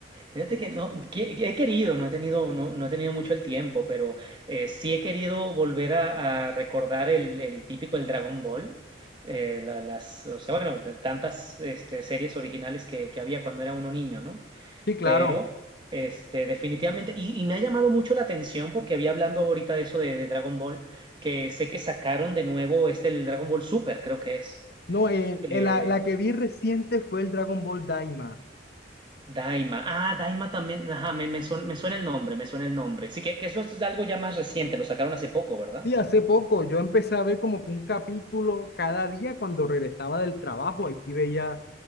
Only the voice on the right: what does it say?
Fíjate que no, que- que he querido, no he tenido, no, no he tenido mucho el tiempo, pero eh, sí he querido volver a, a recordar el, el típico el Dragon Ball, eh, la- las, o sea, bueno, de tantas este, series originales que, que había cuando era uno niño, ¿no?
Pero, este, definitivamente, y, y me ha llamado mucho la atención porque había hablando ahorita de eso de, de Dragon Ball, que sé que sacaron de nuevo este el Dragon Ball Super, creo que es.
eh,
Daima. Ah, Daima también. Ajá, me, me, suena, me suena el nombre, me suena el nombre. Sí, que, que eso es algo ya más reciente, lo sacaron hace poco, ¿verdad?